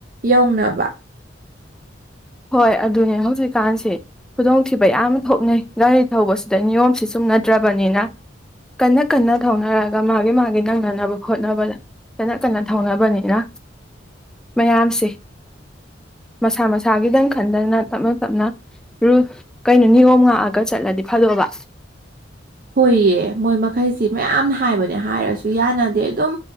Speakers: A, on the right (about 50°); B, in the centre.
A: ꯌꯧꯅꯕ
B: ꯍꯣꯏ ꯑꯗꯨꯅꯦ ꯍꯧꯖꯤꯛꯀꯥꯟꯁꯤ ꯈꯨꯗꯣꯡꯊꯤꯕ ꯌꯥꯝ ꯊꯣꯛꯅꯩ ꯒꯥꯔꯤ ꯊꯧꯕꯁꯤꯗ ꯅꯤꯌꯣꯝꯁꯤ ꯆꯨꯝꯅꯗ꯭ꯔꯕꯅꯤꯅ ꯀꯟꯅ ꯀꯟꯅ ꯊꯧꯅꯔꯒ ꯃꯥꯒꯤ ꯃꯥꯒꯤ ꯅꯪꯅꯅꯕ ꯍꯣꯠꯅꯕꯗ ꯀꯟꯅ ꯀꯟꯅ ꯊꯧꯅꯕꯅꯤꯅ ꯃꯌꯥꯝꯁꯦ ꯃꯁꯥ ꯃꯁꯥ ꯏꯁꯁꯥꯒꯤꯗꯪ ꯈꯟꯗꯅ ꯇꯞꯅ ꯇꯞꯅ ꯔꯨ ꯀꯩꯅꯣ ꯅꯤꯌꯣꯝ ꯉꯥꯛꯑꯒ ꯆꯠꯂꯗꯤ ꯐꯗꯣꯕ
A: ꯍꯣꯏꯌꯦ ꯃꯣꯏ ꯃꯈꯩꯁꯤ ꯃꯌꯥꯝꯅ ꯍꯥꯏꯕꯅꯦ ꯍꯥꯏꯔꯁꯨ ꯌꯥꯅꯗꯦ ꯑꯗꯨꯝ